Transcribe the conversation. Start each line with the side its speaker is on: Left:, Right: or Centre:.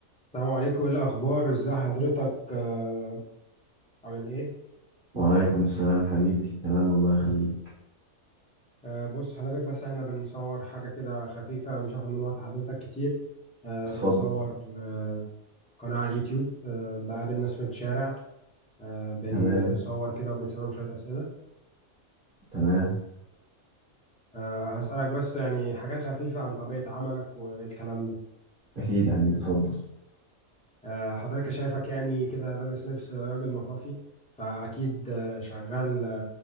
Centre: السلام عليكم ايه الاخبار ازاي حضرتك آه، عامل ايه
Right: وعليكم السلام حبيبي تمام الله يخليك
Centre: آه، بص حضرتك بس احنا بنصور حاجه كده خفيفه مش هاخد من وقت حضرتك كتير آه،
Right: اتفضل
Centre: بنصور آه، قناه على اليوتيوب آه، بقابل ناس في الشارع آه، بنصور
Right: تمام
Centre: كده وبنسالهم شويه اسئله
Right: تمام
Centre: آه، هسالك بس يعني حاجات خفيفه عن طبيعه عملك والكلام ده
Right: اكيد يا حبيبي اتفضل
Centre: آه، حضرتك شايفك يعني كده لابس لبس راجل مطافي فاكيد آه، شغال